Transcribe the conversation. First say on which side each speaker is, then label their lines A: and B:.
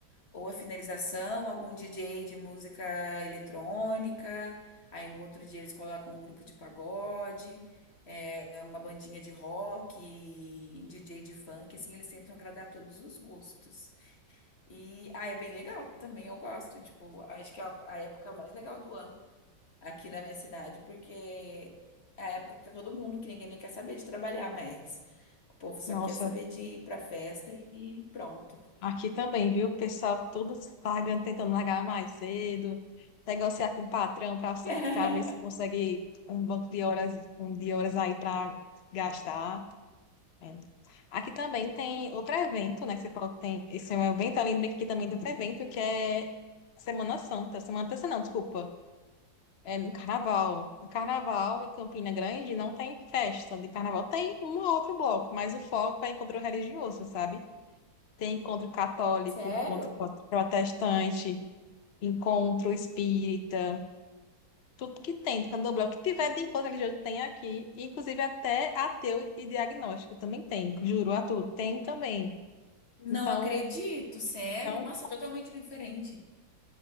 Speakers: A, on the left (about 35°); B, on the left (about 85°).
A: Ou a finalização, algum DJ de música eletrônica. Aí no outro dia eles colocam um grupo de pagode, é, uma bandinha de rock, DJ de funk, assim, eles tentam agradar todos os gostos. E ah, é bem legal também, eu gosto. Tipo, acho que é a a época mais legal do ano aqui na minha cidade, porque é a época que tá todo mundo, que ninguém nem quer saber de trabalhar mais. O povo só
B: Nossa,
A: quer saber de ir pra festa e pronto.
B: aqui também, viu? O pessoal todo pagando, tentando largar mais cedo, negociar com o patrão para
A: <laughs>
B: ver se consegue um banco de horas, um de horas aí para gastar. É. Aqui também tem outro evento, né? Que você falou que tem. Esse é um evento, eu lembrei que aqui também tem outro evento, que é Semana Santa. Semana Santa, não, desculpa. É no carnaval. No carnaval em Campina Grande não tem festa de carnaval. Tem um ou outro bloco, mas o foco é encontro religioso, sabe? Tem encontro católico,
A: Sério?
B: encontro protestante, encontro espírita, tudo que tem do candomblé. O que tiver de encontro religioso tem aqui, inclusive até ateu e diagnóstico também tem. Juro, atu, tem também.
A: Não
B: Então,
A: acredito, sério.
B: é um,
A: Nossa, totalmente diferente.